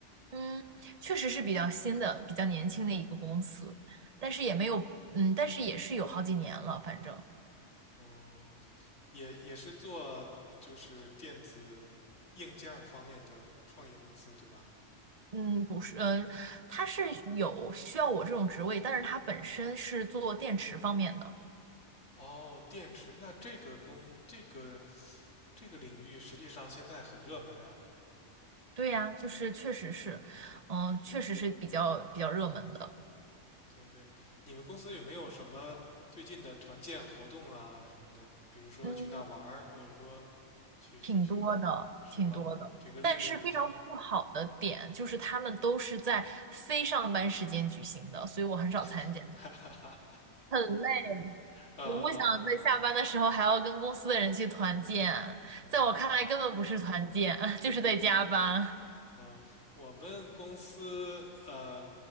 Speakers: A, on the right (about 35°); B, on the left (about 75°).
A: 嗯，确实是比较新的、比较年轻的一个公司，但是也没有，嗯，但是也是有好几年了，反正。
B: 哦，对也也是做就是电子硬件儿方面的创业公司，对吧？
A: 嗯，不是，嗯、呃他是有需要我这种职位，但是他本身是做电池方面的。
B: 哦，电池，那这个工这个这个领域实际上现在很热门啊。
A: 对呀，就是确实是，嗯、确实是比较比较热门的，
B: 对对，你们公司有没有什么最近的团建活动啊什么的？比如说去哪玩儿或者说
A: 嗯，
B: 去去去，
A: 挺多的，
B: 是吗？
A: 挺多的。
B: 举个例子，
A: 但是非常不好的点就是他们都是在非上班时间举行的，
B: 有什么？
A: 所以我很少参加，
B: <laughs> 哈哈哈，
A: 很累。
B: 呃，
A: 我不想在下班的时候还要跟公司的人去团建，
B: 嗯。
A: 在我看来根本不是团建，<laughs> 就是在加班。
B: 啊，我们公司呃，